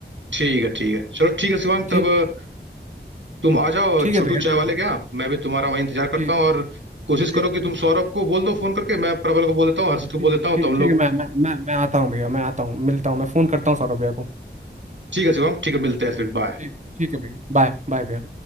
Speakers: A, on the right (about 80°); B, on the right (about 40°).
A: ठीक है ठीक है चलो ठीक है शिवांग
B: ठीक
A: तब अ,
B: ठीक
A: तुम आ जाओ
B: ठीक
A: छोटू
B: है भैया
A: चाय
B: तो
A: वाले के यहाँ मैं भी तुम्हारा वही इंतजार करता
B: ठीक
A: हूँ और कोशिश
B: ठीक
A: करो कि तुम सौरभ को बोल दो फोन करके मैं प्रबल को बोल देता हूँ हर्षित को
B: ठीक
A: बोल देता हूँ
B: ठीक
A: तो हम
B: ठीक
A: लोग
B: है मैं मैं मैं मैं आता हूँ भैया मैं आता हूँ मिलता हूँ मैं फ़ोन करता हूँ सौरभ भैया को
A: ठीक है शिवांग ठीक है मिलते हैं फिर बाय
B: ठीक ठीक है भैया बाय बाय भैया